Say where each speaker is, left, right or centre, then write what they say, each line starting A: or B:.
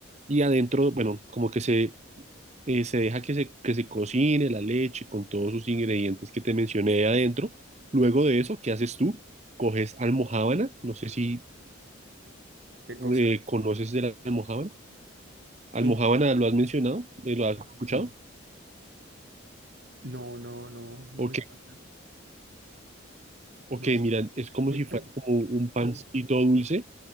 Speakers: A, on the right; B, on the right.
A: y adentro, bueno, como que se eh, se deja que se, que se cocine la leche con todos sus ingredientes que te mencioné ahí adentro. Luego de eso, ¿qué haces tú? Coges almojábana, no sé si
B: ¿qué cosa?
A: eh, conoces de la almojábana. ¿Almojábana
B: ¿Qué?
A: lo has mencionado? Eh, ¿Lo has escuchado?
B: No, no, no, no, no
A: Ok,
B: me suena,
A: ok,
B: no sé.
A: mira, es como
B: <laughs>
A: si fuera como un pancito dulce,